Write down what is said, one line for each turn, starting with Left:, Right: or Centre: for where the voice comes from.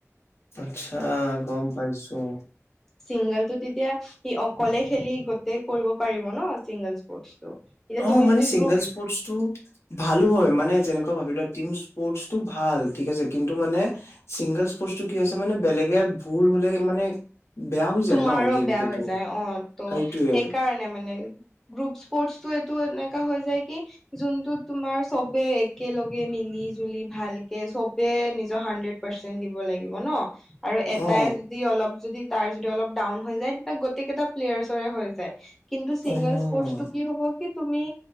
Left: আচ্ছা! গম পাইছোঁ।
Centre: চিংগলটো তেতিয়া, সি অকলে খেলি গোটেই কৰিব পাৰিব ন' চিংগল স্পৰ্টছটো। এতিয়া
Left: অ'!
Centre: তুমি
Left: মানে,
Centre: যদি
Left: চিংগল
Centre: গ্ৰুপ
Left: স্পৰ্টছটো ভালো হয়। মানে, যেনেকুৱা ভাবিলোৱা টিম স্পৰ্টছটো ভাল! ঠিক আছে। কিন্তু মানে, চিংগল স্পৰ্টছটো কি হৈছে মানে, বেলেগে ভুল হ'লে মানে বেয়া হৈ যায়
Centre: তোমাৰো
Left: ন গেম
Centre: বেয়া
Left: প্লেটো
Centre: হৈ যায়। অ'! ত'
Left: সেইটোৱে
Centre: সেইকাৰণে মানে। গ্ৰুপ স্পৰ্টছটো এইটো এনেকা হৈ যায় কি, যোনটোত তোমাৰ চবে একেলগে মিলি জুলি ভালকে চবে নিজৰ হানড্ৰেদ পাৰ্চেন্ট দিব লাগিব ন'। আৰু এটাই
Left: অ
Centre: যদি অলপ যদি তাৰ অলপ ডাউন হয় যায়। তেতিয়া, গোটেই কেইটা প্লেয়াৰচৰে হয় যায়। কিন্তু, চিংগল
Left: অ
Centre: স্পৰ্টছটো কি হ'ব তুমি